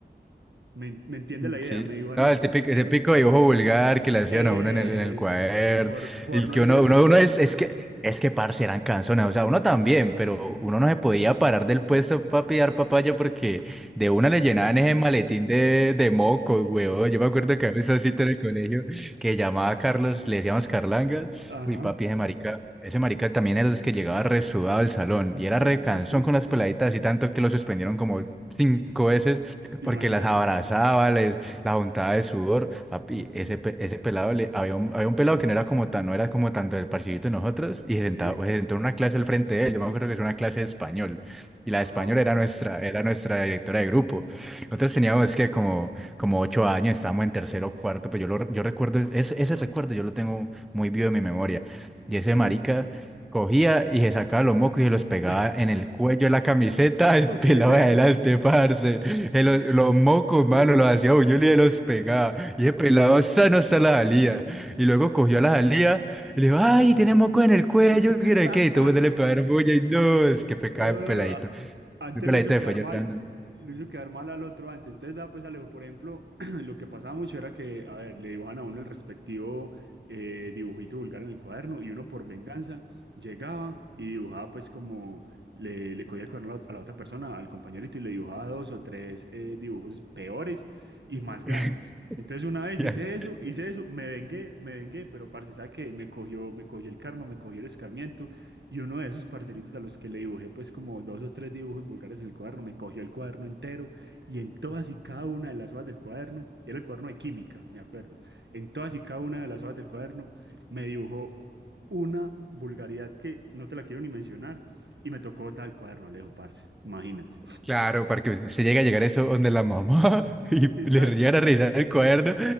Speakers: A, on the right; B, in the centre.
A: me, me entiende la idea,
B: Sí.
A: me dibujan
B: No,
A: el
B: el
A: respectivo.
B: típico, el típico dibujo vulgar que le hacían
A: Eh,
B: a uno en el, en el
A: exacto,
B: cuaderno.
A: ya, por, por
B: Y
A: no
B: que
A: decir
B: uno,
A: otra
B: uno,
A: cosa.
B: uno es, es que, es que parce eran canzones. O sea, uno también, pero uno no se podía parar del puesto para pillar papaya porque de una le llenaban ese maletín de, de mocos, weón. Yo me acuerdo que había esa cita en el colegio que llamaba a Carlos, le decíamos Carlangas,
A: Ajá.
B: uy, papi, ese marica. Ese marica también era de los que llegaba resudado al salón y era
A: <laughs>
B: re cansón con las peladitas y tanto que lo suspendieron como cinco veces
A: Imagínate.
B: porque las abrazaba, les, la juntaba de sudor. Papi,
A: Ujú.
B: ese, pe- ese pelado, le, había un, había un pelado que no era como tan, no era como tanto del parchidito de nosotros, y se sentaba,
A: Sí.
B: se sentó en una clase al frente de él. Yo me acuerdo que es una clase de español, y la
A: Ajá.
B: de español era nuestra, era nuestra directora de grupo. Nosotros teníamos que como, como ocho años, estábamos en tercero o cuarto, pero yo, lo, yo recuerdo, ese, ese recuerdo yo lo tengo muy vivo en mi memoria. Y
A: Ujú.
B: ese marica cogía y se sacaba los mocos y se los pegaba
A: <laughs>
B: en el cuello de la camiseta del
A: ¿O
B: pelado
A: ¿Qué es eso?
B: de adelante, parce. Eh, Los, los mocos,
A: pues?
B: mano, los hacía buñuelos y los pegaba. Y ese pelado sano está la jalía. Y luego cogió a la jalía y le dijo, ay, tiene moco en el cuello,
A: <laughs>
B: ¿qué era qué? Y todo el mundo le pegaron bulla y no, es que pecado
A: Ah,
B: el peladito.
A: antes
B: El peladito
A: lo hizo quedar
B: se fue llorando.
A: mal, lo hizo quedar mal al otro antes. Entonces, vea, pues Alejo, por ejemplo, <clears throat> lo que pasaba mucho era que, a ver, le dibujan a uno el respectivo eh, dibujito vulgar en el cuaderno y uno por venganza llegaba y dibujaba pues como le, le cogía el cuaderno a la, a la otra persona, al compañerito, y le dibujaba dos o tres eh, dibujos peores y
B: <laughs>
A: más grandes. Entonces una vez
B: Y
A: hice
B: así.
A: eso, hice eso, me vengué, me vengué, pero parce, ¿sabe qué? Me cogió, me cogió el karma, me cogió el escarmiento, y uno de esos parcelitos a los que le dibujé pues como dos o tres dibujos vulgares en el cuaderno, me cogió el cuaderno entero, y en todas y cada una de las hojas del cuaderno, y era el cuaderno de química, me acuerdo, en todas y cada una de las hojas del cuaderno me dibujó una vulgaridad que no te la quiero ni mencionar. Y me tocó tal cuaderno, Alejo, parce. Imagínate.
B: Claro, para que se llegue a llegar eso donde la mamá <laughs> y
A: <laughs> Exacto.
B: le llegan a revisar el cuaderno,